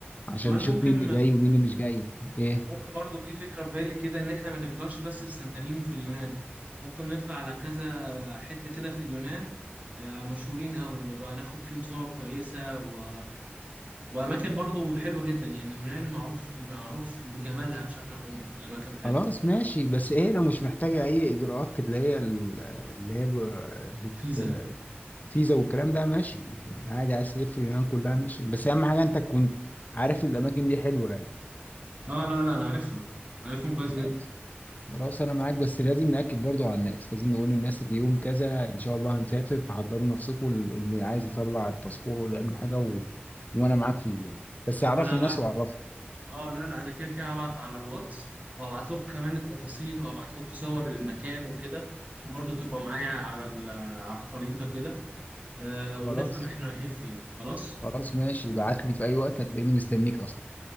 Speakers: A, on the left; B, on the right.
A: عشان
B: كمان
A: نشوف
B: ممكن
A: مين اللي جاي ومين اللي مش جاي ايه
B: ممكن برضه في فكره في بالي كده ان احنا ما نفضلش بس في سانتوريني وفي اليونان ممكن نطلع على كذا حته كده في اليونان آه، مشهورين قوي نبقى ناخد فيهم صور كويسة و... وأماكن برضو حلوة جدا يعني اليونان معروف معروف بجمالها بشكل عمومي في الأماكن بتاعتها
A: خلاص ماشي بس ايه لو مش محتاجه اي اجراءات اللي هي ال- اللي هي ب-
B: الفيزا
A: بت- فيزا والكلام ده ماشي عادي عايز تلف اليونان كلها ماشي بس اهم حاجه انت تكون عارف الاماكن دي حلوه يعني
B: اه لا لا أنا عارفها عارفهم كويس
A: خلاص
B: جدا
A: خلاص انا معاك بس لازم ناكد برضو على الناس لازم نقول للناس ان يوم كذا ان شاء الله هنسافر فحضروا نفسكم اللي عايز يطلع الباسبور ولا يعمل حاجه و... وانا معاك فيه يعني. بس اعرف
B: أنا
A: الناس
B: هبعت
A: واعرفها
B: اه لا لا أنا كده كده هبعت على الواتس وهبعت لكم كمان التفاصيل وهبعت لكم صور للمكان وكده عشان برضو تبقى معايا على ال- على الخريطة كده آه
A: خلاص
B: ونفهم احنا رايحين فين خلاص
A: خلاص ماشي ابعت لي في اي وقت هتلاقيني مستنيك اصلا